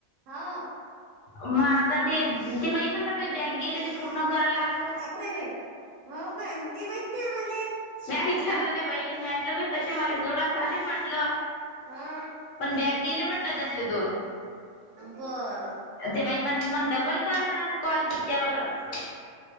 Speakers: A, on the right; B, on the left.
A: हा.
B: मग आता ते ते बाई म्हणतात बाई बॅग गेले ते पूर्ण कराय लागत.
A: टाकू नाही बाई हो काय मग ते माहित नाही आम्हाले
B: म्या विचारलं त्या बाईले मिटलं बाई तसे मला जवळ झाले म्हटलं
A: हा
B: पण बॅग गेले म्हटलं त्यातले दोन
A: बरं
B: ते बाई म्हणत मग डबल कर म्हणत कॅल तिच्यावरच.